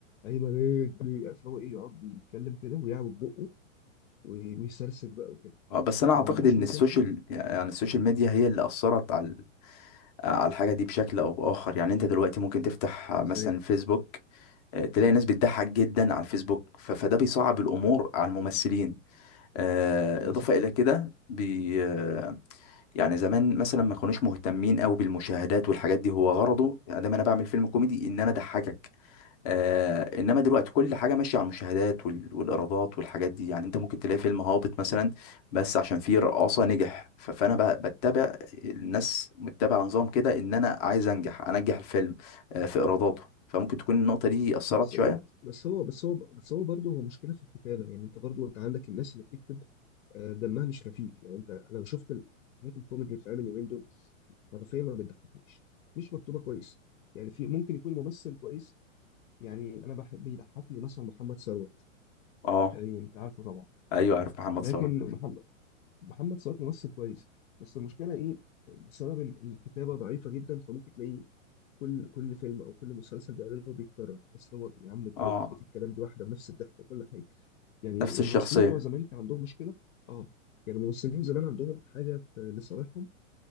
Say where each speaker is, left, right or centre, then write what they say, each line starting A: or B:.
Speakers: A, on the left; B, on the left.
A: ايمن ايه بي- عارف اللي هو ايه يقعد يتكلم كده ويعوج بقه وي- ويسرسج بقى وكده
B: اه بس انا اعتقد
A: فما عندوش
B: ان
A: مساحه
B: السوشيال يعني السوشيال ميديا هي اللي اثرت على على الحاجه دي بشكل او باخر يعني انت دلوقتي ممكن تفتح آه،
A: ازاي
B: مثلا فيسبوك آه، تلاقي ناس بتضحك جدا على الفيسبوك ف- فده بيصعب الامور على الممثلين آه،
A: ده
B: اضافه الى كده بي آه، يعني زمان مثلا ما كانوش مهتمين قوي بالمشاهدات والحاجات دي هو غرضه ادام انا بعمل فيلم كوميدي ان انا اضحكك آه انما دلوقتي كل حاجه ماشيه على المشاهدات وال- والايرادات والحاجات دي يعني انت ممكن تلاقي فيلم هابط مثلا بس عشان فيه رقاصه نجح ف- فانا ب- بتبع الناس متبعه نظام كده ان انا عايز انجح انجح الفيلم آه في ايراداته فممكن تكون النقطه دي اثرت
A: بس
B: شويه
A: بس هو بس هو بس هو برضه هو مشكله في الكتابه يعني انت برضه انت عندك الناس اللي بتكتب آه، دمها مش خفيف يعني انت انا شفت الحاجات الكوميدي اللي بتتعمل اليومين دول حرفيا ما بتضحكنيش مش مكتوبه كويس يعني في ممكن يكون ممثل كويس يعني انا بحب بيضحكني مثلا محمد ثروت
B: اه
A: آه، يعني انت عارفه طبعا
B: ايوه عارف محمد
A: لكن
B: ثروت
A: محمد محمد ثروت ممثل كويس بس المشكله ايه بسبب ال- الكتابه ضعيفه جدا فممكن تلاقيه كل كل فيلم او كل مسلسل بيعمله بيتكرر تحس اللي هو يا عم طريقه
B: اه
A: الكلام دي واحده بنفس الضحك وكل حاجه يعني
B: نفس
A: الممثلين
B: الشخصيه
A: بتوع زمان كان عندهم مشكله اه يعني الممثلين زمان عندهم حاجه في لصالحهم